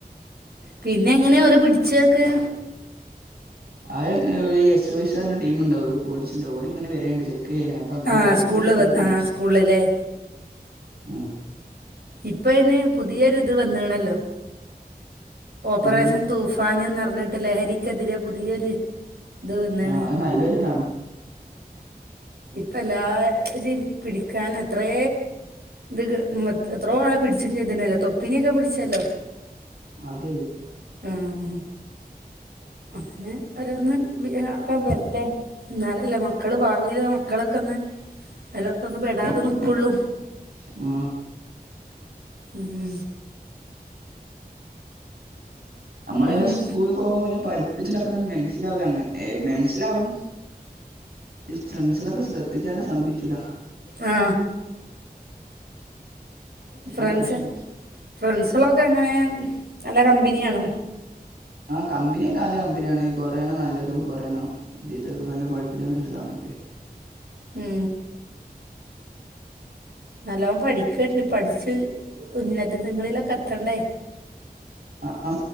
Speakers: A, on the right; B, on the right.
A: പിന്നെ എങ്ങനെ ഒലെ പിടിച്ചേക്കെ
B: ആ എസ് ഒ സാറിന്റെ ടീമുണ്ടാവും ഒരു പോലീസിന്റെ ഓല് ഇങ്ങനെ വരലുണ്ട് ചെൽ ക്കെയേനി അപ്പൊ അങ്ങനെ
A: ആ
B: ബാഗൊക്കെ
A: സ്കൂളിൽ
B: ചെക്ക് ചെയ്തപ്പം
A: ആ
B: പുടിച്ച്
A: സ്കൂളിലല്ലേ
B: ഉം
A: ഇപ്പ അയിന് പുതിയൊരിത് വന്ന്ണല്ലോ ഓപ്പറേഷൻ
B: ഏഹ്
A: തൂഫാനെന്ന് പറഞ്ഞിട്ട് ലഹരിക്കെതിരെ പുതിയൊരു ഇത് വന്നാണ്
B: ആ അത് നല്ലൊരിതാണ്
A: ഇപ്പ എല്ലാരിം പിടിക്കാൻ എത്രേ ഇത് മ എത്രോ ആളെ പിടിച്ച ചെയ്തിണ്ടല്ലോ തൊപ്പിനിയൊക്കെ പിടിച്ചല്ലോ
B: അതെയതെ
A: ഹമ് അങ്ങനെ ഓരോന്ന് <unintelligible> ട്ടെ ഇന്നാലല്ലേ മ മക്കള് ഭാവിൽ മക്കളൊക്കെ ഒന്ന് അയിലക്കൊന്നും പെടാതെ നിക്കുള്ളു
B: ആ
A: ഉം
B: <inaudible> നമ്മൾ ന്നെ
A: ഉം.
B: സ്കൂള് പോകുമ്പോ പിന്നെ പഠി <unintelligible> മനസ്സിലാവൂല അങ്ങ മൻസ്സിലാവും ഈ ഫ്രണ്ട്സിലൊക്കെ ശ്രദ്ധിച്ചാ സമ്മയ്ച്ചൂല
A: ആ ഫ്രണ്ട്സ്
B: പ്രശ്നം
A: ഫ്രണ്ട്സുളൊക്കെ എങ്ങനെയാ നല്ല കമ്പനിയാണോ
B: ആ കമ്പനിയൊക്കെ നല്ല കമ്പനിയാണ് കൊറേണ്ണം നല്ലതും കൊറേണ്ണം ചീത്തതും നല്ലോം പഠിപ്പിച്ചാ മനസ്സിലാവണൊക്കെ
A: ഉം നല്ലോണം പഠിക്ക് പഠിച്ച് ഉന്നതങ്ങളിലൊക്കെ എത്തണ്ടേ
B: അ ആ